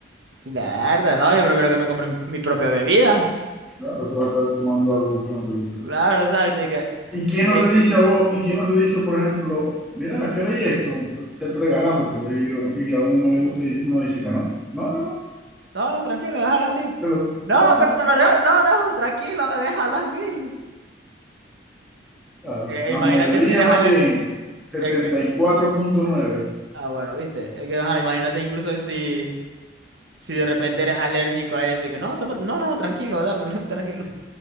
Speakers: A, on the right; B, in the centre.
A: Verdad, no, yo prefiero que me compre mi propia bebida.
B: Claro que vas a estar tomando algo que no te gusta.
A: Claro, exacto. y que,
B: ¿Y quién
A: eh,
B: no te dice a vos? ¿Y quién no te dice, por ejemplo, mira, ¿queréis esto? Te- Regalándotelo y, yo, y a uno no le gusta y dice- uno dice que no. No, no, no.
A: no, no, tranquilo, déjalo así.
B: que lo-
A: No,
B: claro,
A: pero te lo regalo. No, no, tranquilo, déjalo así.
B: claro.
A: Eh,
B: La
A: imagínate
B: mayoría
A: si eres
B: también,
A: alérgico.
B: 74.9.
A: Es que, ah, bueno, viste. Es que, ajá, imagínate incluso si, si de repente eres alérgico a eso y que, no, toma- no, no, tranquilo, dámelo, <laughs> tranquilo.